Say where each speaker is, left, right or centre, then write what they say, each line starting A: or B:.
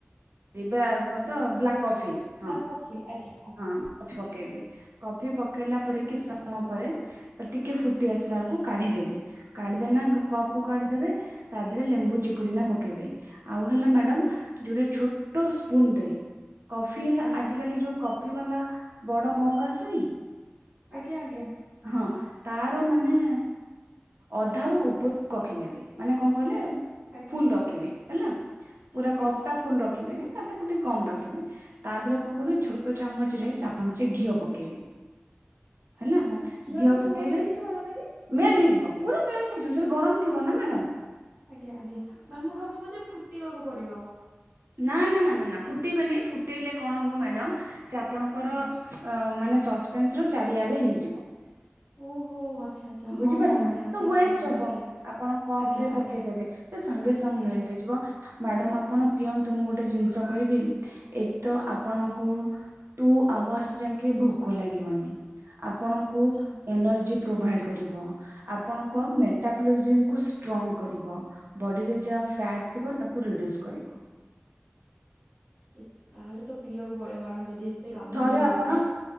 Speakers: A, on the right; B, on the right.
A: ରିବା କଣ ତ ବ୍ଲାକ୍ କଫି ହଁ।
B: ଫି ଆଜ୍ଞା ଆଜ୍ଞା।
A: ହଁ କଫି ପକେଇବେ କଫି ପକେଇଲା ପରେ କି ସମ ପରେ ଅ ଟିକେ ଫୁଟି ଆସିଲା ଏଳକୁ କାଢିଦେବେ କାଢିଦେନା କପ୍ କୁ କାଢି ଦେବେ ତା ଦେରେ ଲେମ୍ବୁ ଚିପୁଡି ନା ପକେଇବେ। ଆଉ ହେଲା ମ୍ୟାଡାମ୍ ଯୋଟେ ଛୋଟ ସ୍ପୁନ୍ ରେ କଫି ହେଲା
B: ଆଜ୍ଞା
A: ଆଜି କାଲି ଯୋଉ କଫି ବାଲା ବଡ ମଗ୍ ଆସୁନି?
B: ଆଜ୍ଞ ଆଜ୍ଞା।
A: ହଁ ତାର ମାନେ ଅଧାରୁ ଉପ <inaudible> କଫି ନେବେ ମାନେ କଣ କହିଲେ
B: ଆଜ୍ଞା
A: ଫୁଲ୍ ରଖିବେ ହେଲା ପୁରା
B: ଆଜ୍ଞା
A: କପ୍ ଟା ଫୁଲ୍ ରଖିବେନି ତାଠୁ କୁଟେ କମ୍ ରଖିବେ। ତା ଦେହରେ କଣ କରିବେ
B: ଆଜ୍ଞା
A: ଛୋଟ ଚାମଚରେ ଚାମ୍ଚେ ଘିଅ ପକେଇବେ।
B: ଆଚ୍ଛା
A: ହେଲା
B: କ୍ଷୀରଟା
A: ଘିଅ
B: ମ୍ୟାମ
A: ପକେଇବେ,
B: ମେଲ୍ଟ ହେଇଯିବ ନା ସେଠି
A: ମେଲ୍ଟ ହେଇଯିବ ପୁରା ମେଲ୍ ହେଇଯିବ ସେରା ଗରମ ଥିବ ନା ମ୍ୟାଡ଼ାମ୍।
B: ଆଜ୍ଞା ଆଜ୍ଞା ମାନେ ମୁଁ ଭାବୁଛି ବୋଧେ ଫୁଟେଇବାକୁ ପଡିବ।
A: ନା ନା ନା ନା ନା ଫୁଟେଇବେନି ଫୁଟେଇଲେ କଣ ହବ ମ୍ୟାଡ଼ାମ୍ ସେ ଆପଣଙ୍କର
B: ଆଜ୍ଞା
A: ଅ ମାନେ ସସ୍ ପେନ୍ସର ଚାରିଆଡେ ହେଇଯିବ।
B: ଓହୋ ଆଚ୍ଛା ଆଚ୍ଛା ହଁ
A: ବୁଝିପାରିଲେ
B: ହଁ
A: ନା।
B: ମ୍ୟାଡାମ
A: ତ
B: ଠିକ
A: ୱେଷ୍ଟ
B: କଥା
A: ହବ
B: ଆଜ୍ଞା
A: ଆପଣ କପ୍
B: ଆଜ୍ଞା
A: ରେ ପକେଇଦେବେ।
B: ଆଜ୍ଞା
A: ସେ ସାଙ୍ଗେ ସାଙ୍ଗେ
B: ଆଜ୍ଞା
A: ମେଲ୍ଟ ହେଇଯିବ। ମ୍ୟାଡାମ୍ ଆପଣ ପିଅନ୍ତୁ, ମୁଁ ଗୋଟେ ଜିନ୍ଷ କହିବି? ଏକ ତ ଆପଣଙ୍କୁ ଟୁ ଆୱାର୍ସ ଯାଙ୍କେ ଭୋକ ଲାଗିବନି। ଆପଣଙ୍କୁ
B: ଆଚ୍ଛା
A: ଏନର୍ଜି ପ୍ରୋଭାଇଡ୍ କରିବ ଆପଣଙ୍କ
B: ହୁଁ
A: ମେଟାପୋଲୋଜିମ୍ କୁ ଷ୍ଟ୍ରଙ୍ଗ କରିବ, ବଡିରେ ଯାହା ଫ୍ୟାଟ୍ ଥିବ ତାକୁ ରିଡ୍ୟୁସ୍ କରିବ।
B: <unintelligible> ତାହେଲେ ତ ପିଇଆକୁ ପଡିବ ମ୍ୟାଡ଼ାମ୍ ଯଦି ଏତେ କାମ
A: ଥରେ
B: ହେଲେ ହଉଛି।
A: ଆପଣ